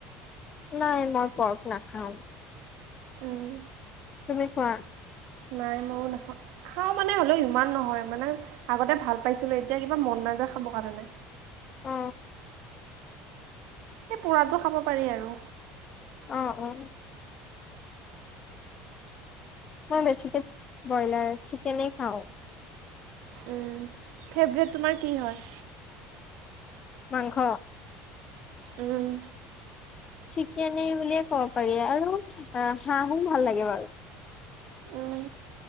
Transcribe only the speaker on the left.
নাই মই পৰ্ক নাখাওঁ।
তুমি খোৱা?
অ।
আহ আহ। মই বেছিকে ব্ৰইলাৰ চিকেনে খাওঁ।
মাংস।
চিকেন বুলিয়ে ক'ব পাৰি আৰু হাঁহো ভাল লাগে বাৰু।